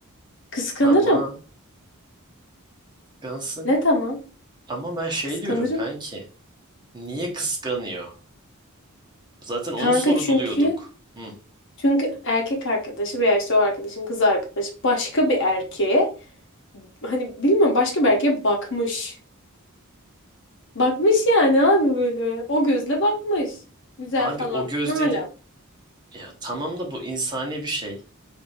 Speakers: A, on the left; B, on the right.
A: Kıskanırım.
B: Ama kıskansın.
A: Ne tamam?
B: Ama ben şey
A: Kıskanırım.
B: diyorum kanki. Niye kıskanıyor? Zaten onu
A: Kanka
B: sorguluyorduk.
A: çünkü
B: Hı.
A: çünkü erkek arkadaşı veya işte o arkadaşın kız arkadaşı başka bir erkeğe hani bilmiyorum başka bir erkeğe bakmış. Bakmış yani abi böyle. O gözle bakmış. Güzel
B: Abi
A: falan.
B: o göz
A: Ne alaka?
B: dedin. Ya tamam da bu insani bir şey.